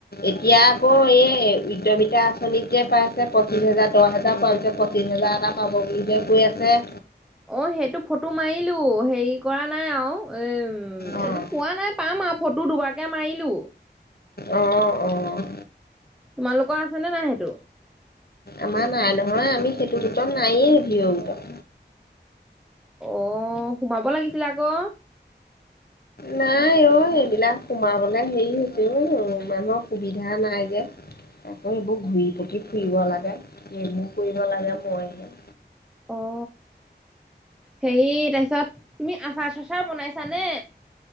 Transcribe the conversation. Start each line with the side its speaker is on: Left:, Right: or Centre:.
Left: এতিয়া আকৌ এই- এ উদ্যমিতা আঁচনিত যে পাইছে পঁচিশ হাজাৰ, দহ হাজাৰ পোৱা পিছত পঁচিছ হাজাৰ এটা পাব বুলি যে কৈ আছে।
Centre: অ সেইটো ফ'টো মাৰিলোঁ হেৰি কৰা নাই আৰু এই ওম,
Left: অ',
Centre: এইটো পোৱা নাই। পাম আৰু ফ'টো দুবাৰকে মাৰিলো।
Left: অ, অহ।
Centre: তোমালোকৰ আছেনে নাই সেইটো?
Left: আমাৰ নাই নহয়। আমি সেইটো গোটত নাইয়েই ভিও গোটত।
Centre: অ'সোমাব লাগিছিলে আকৌ।
Left: নাই অ' সেইবিলাক সোমাবলে হেৰি হৈছে উম' মানুহ সুবিধা নাই যে। আকৌ এইবোৰ ঘূৰি পকি ফুৰিব লাগে। এইবোৰ কৰিব লাগে মইহে
Centre: অ হেৰি তাৰপিছত তুমি আচাৰ চাচাৰ বনাইছানে?